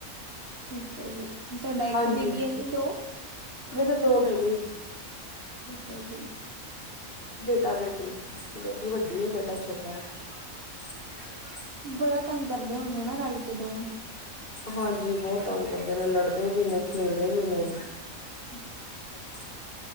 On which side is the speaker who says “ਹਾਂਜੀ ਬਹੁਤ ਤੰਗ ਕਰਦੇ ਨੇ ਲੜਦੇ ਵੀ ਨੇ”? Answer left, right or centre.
Left